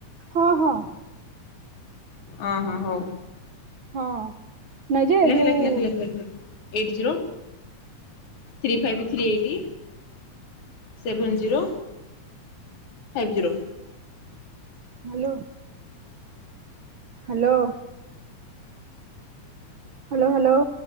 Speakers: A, on the right; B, on the left.
A: ହଁ ହଁ।
B: ଅହୋ ହଉ।
A: ହଁ ନାଇଁ ଯେ
B: <unintelligible>
A: ଯୋଉ
B: eight zero. Three five three eighty seven zero. Five zero.
A: Hello. Hello. Hello hello.